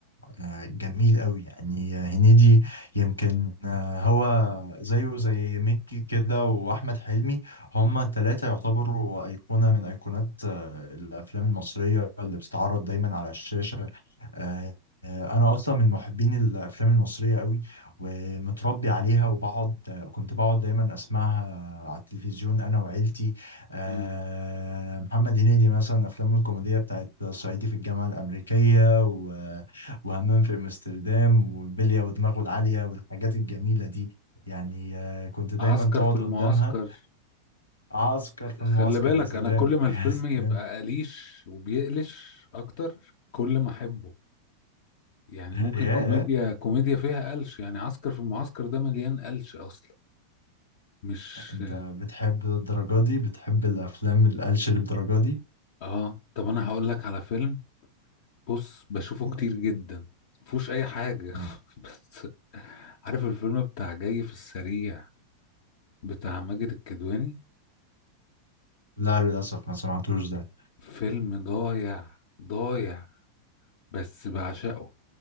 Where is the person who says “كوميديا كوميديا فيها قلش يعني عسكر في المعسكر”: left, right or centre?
Left